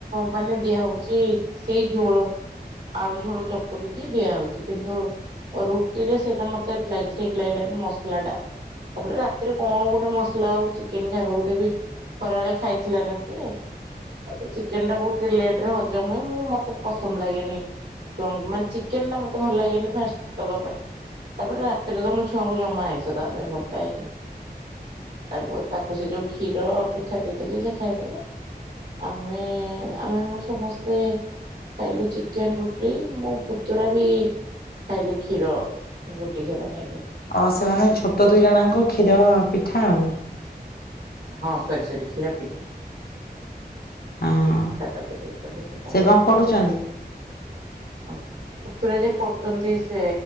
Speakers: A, on the right; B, on the left.
A: ମାନେ ଦିଆ ହଉଛି ସେଇ ଝୋଳ। ଆଳୁ ଝୋଳୁ ଚକଟିକି ଦିଆହଉଛି, କିନ୍ତୁ ଅ, ରୁଟି ରେ ସେଇଟା ମୋତେ ଲାଗି ଠିକ୍ ଲାଗିଲାନି ମସଲା ଟା। ତାପରେ ରାତିରେ କଣ ଗୋଟେ ମସଲା ଆଉ ଚିକେନ୍ ଖାଇବାକୁ ଦେବି। ଖରାବେଳେ ଖାଇଥିଲା ନା ସିଏ। ତା ପରେ ଚିକେନ୍ ଟା ବହୁତି ଲେଟ୍ ରେ ହଜମ ହୁଏ। ମୁଁ ମୋତେ ପସନ୍ଦ ଲାଗେନି ଛୁଆଙ୍କୁ ମାନେ ଚିକେନ୍ ଟା ମୋତେ ଭଲ ଲାଗେନି ଫାଷ୍ଟ ଦବା ପାଇଁ। ତାପରେ ରାତିରେ ତ ମୋ ଛୁଆଙ୍କୁ ଜମା ଆଇଁଷ ଦବା ପାଇଁ ଭଲ ପାଏନି। ତାଙ୍କୁ ତାକୁ ସେ ଯୋଉ କ୍ଷୀର ପିଠା ଦେଇଦେଲି ସେ ଖାଇଥିଲା। ଆମେ ଆମେ ମୋର ସମସ୍ତେ ଖାଇଲୁ ଚିକେନ୍ ରୁଟି, ମୋ ପୁତୁରା ବି ଖାଇଲେ କ୍ଷୀର ରୁଟି କ୍ଷୀର ଖାଇବେ।
B: ଅ, ସେମାନେ ଛୋଟ ଦୁଇ ଜଣଙ୍କୁ କ୍ଷୀର ପିଠା ଆଉ।
A: ହଁ ସରି ସରି କ୍ଷୀର ପିଠା।
B: ହଁ।
A: ପିଠା ତାକୁ ଦେଇଦେଲେ ସେ ତାଙ୍କର
B: କଣ ପଢୁଛନ୍ତି
A: ଖାଇଦେଲେ। ଓ, ପତୁରା ଯେ ପଢୁଛନ୍ତି ସେ